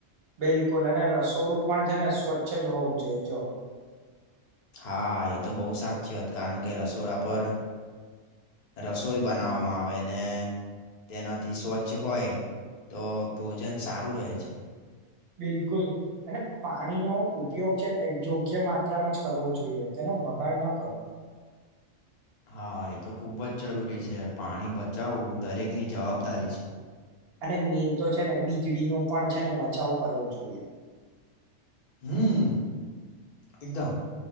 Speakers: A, on the right (about 55°); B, on the left (about 45°).
A: બિલકુલ અને રસોડું પણ છે, ને સ્વચ્છ જ હોવું જોઈએ. જો
B: હા એ તો બહુ સાચીત કારણ કે રસોડા પર રસોઈ બનાવવામાં આવે ને તેનાથી સ્વચ્છ હોય તો ભોજન સારું રહે છે.
A: બિલકુલ અને પાણીનો ઉપયોગ છે, યોગ્ય માત્રામાં જ કરવો જોઈએ તેનો બગાડ નો થાય.
B: હા એ તો ખુબ જ જરૂરી છે, પાણી બચાવવું દરેકની જવાબદારી છે.
A: અને મેન તો છે, ને વીજળીનો પણ છે, ને બચાવ કરવો જોઈએ.
B: હમ્મ એકદમ